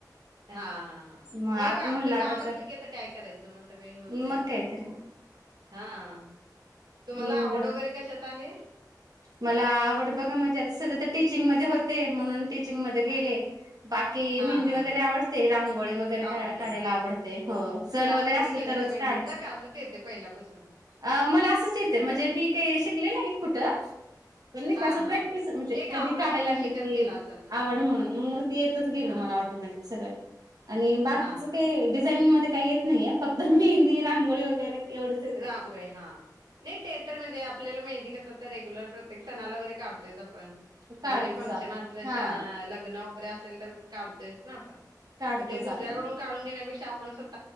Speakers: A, on the right; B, on the right.
A: हा हा हा
B: मग
A: नाही
B: आत
A: हो
B: म्हणलं
A: आपलं
B: आता
A: काम असलं
B: कर
A: की आता काय करायचं मग सगळं हे होतंय
B: मग
A: ना.
B: काहीतरी
A: हा तुम्हाला
B: म्हणलं
A: आवड वगैरे कशात आहे.
B: मला आवड बघा म्हणजे आता सध्या तर टीचिंग मध्ये होते म्हणून टीचिंग मध्ये गेले.
A: हा
B: बाकी
A: हा
B: मेहंदी
A: हा
B: वगैरे
A: हा
B: आवडते रांगोळी वगैरे
A: आवडते
B: का काढायला
A: हा.
B: आवडते हो. सण
A: क्लास वगैरे
B: असलं
A: केला
B: तरच
A: का मेंदीचा
B: काढते.
A: असंच येते पहिल्यापासून.
B: अ मला असंच येते म्हणजे मी काही शिकले नाही कुठं पण नाही
A: हा
B: का असं प्रॅक्टिस
A: हा.
B: म्हणजे
A: एक
B: कधी
A: आवड
B: काढाय
A: म्हणून
B: लागलं
A: शिकत
B: की.
A: गेला असाल तुम्ही.
B: आवड म्हणून मग मग ती येतच गेलं
A: हा
B: मला
A: हा
B: ऑटोमॅटिक. सगळं आणि बाकीचं
A: हा हा
B: काही डिझायनिंग मध्ये काही येत नाहीये फक्त में दि रांगोळी वगैरे एवढंच येतंय
A: रांगोळी
B: तसं.
A: ते हा. नाही ते तर म्हणजे आपल्याला मेंहदी कसं आता रेग्युलर प्रत्येक सणाला वगैरे काढतोयच आप पण
B: काढतोच
A: घरी फंक्शन
B: आपण
A: असलं
B: हा
A: शा लग्न वगैरे असेल तर काढतोयच ना आपण.
B: काढतोच
A: मग ते दुसऱ्याकडून
B: आपण.
A: घेण्यापेक्षा आपण स्वत